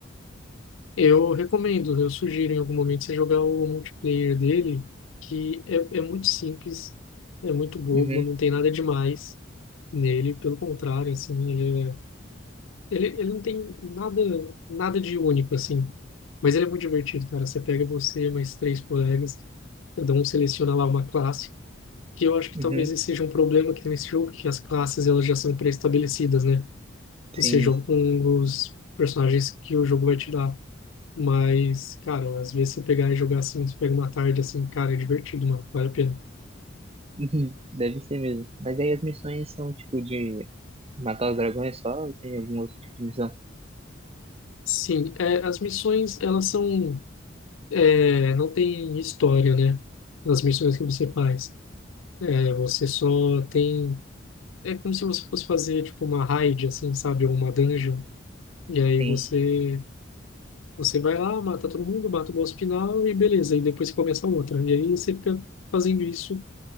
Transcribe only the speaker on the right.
Uhum,
uhum,
sim.
Uhum, deve ser mesmo. Mas aí as missões são tipo de matar os dragões só ou tem algum outro tipo de missão?
Sim.